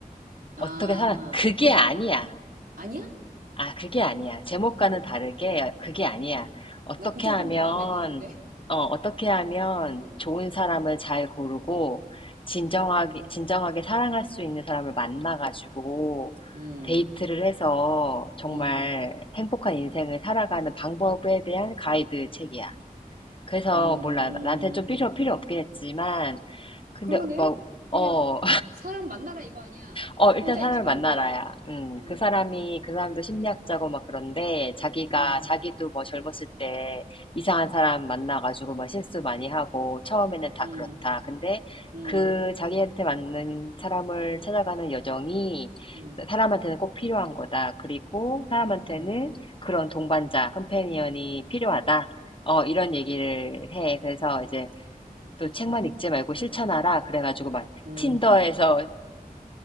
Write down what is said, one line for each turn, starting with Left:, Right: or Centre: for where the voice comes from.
Right: 아,
Left: 어떻게 살아, 그게 아니야.
Right: 아니야?
Left: 아, 그게 아니야. 제목과는 다르게 그게 아니야.
Right: 어.
Left: 어떻게
Right: 난 그쪽이
Left: 하면,
Right: 좀 더 마음에 드는데. <laughs>
Left: 어, 어떻게 하면
Right: 음.
Left: 좋은 사람을 잘 고르고, 진정하게,
Right: 아,
Left: 진정하게 사랑할 수 있는 사람을 만나가지고,
Right: 음,
Left: 데이트를 해서 정말
Right: 음,
Left: 행복한 인생을 살아가는 방법에 대한 가이드 책이야. 그래서
Right: 음.
Left: 몰라. 나한테 좀 필요, 필요 없긴 했지만, 근데
Right: 그러네?
Left: 막,
Right: 그냥,
Left: 어,
Right: 어, 사람 만나라 이거 아니야.
Left: 어, 일단
Right: 혼자
Left: 사람을
Right: 있지 말고,
Left: 만나라야. 음,
Right: 응,
Left: 그 사람이, 그 사람도 심리학자고 막 그런데, 자기가,
Right: 응,
Left: 자기도 뭐 젊었을 때 이상한 사람 만나가지고 막 실수 많이 하고, 처음에는 다
Right: 응,
Left: 그렇다. 근데
Right: 응,
Left: 그 자기한테 맞는 사람을 찾아가는 여정이
Right: 응,
Left: 사람한테는 꼭 필요한 거다. 그리고 사람한테는
Right: 응,
Left: 그런 동반자, 컴패니언이 필요하다. 어, 이런 얘기를 해. 그래서 이제 또 책만 읽지 말고 실천하라. 그래가지고 막
Right: 응.
Left: 틴더에서